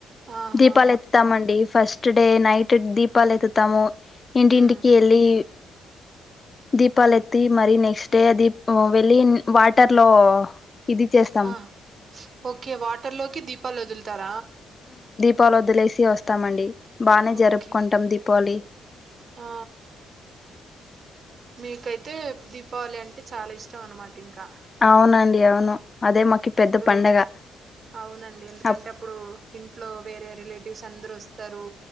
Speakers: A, on the right; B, on the left.
A: ఆహా
B: దీపాలు ఎత్తుతామండి ఫస్ట్ నస్ట్ డే నైట్ దీపాలు ఎత్తుతాము ఇంటి
A: హ్మ్
B: ఇంటికీ ఎళ్ళీ దీపాలు ఎత్తి మరి నెక్స్ట్ డే అ దీప్ వెళ్ళి వాటర్ లో ఇది చేస్తాం
A: హి ఓకే వాటర్ లోకి దీపాలు వదులుత తర
B: పలు వద్దలేసి వస్తామండి బానే జరుపుకుంటాం
A: ఓకే
B: దీప్ పోలి
A: ఆ... మీకైతే దీపావళి అంటే చాలా ఇష్టం అనమాట ఇంకా
B: అవునండి అవును అదే మాకి
A: అప్పుడు
B: పెద్ద పండగ
A: అవునండి ఎందుకంటే
B: అప్
A: అప్పుడు ఇంట్లో వేరే రిలేటివ్స్ అందరూ వస్తారు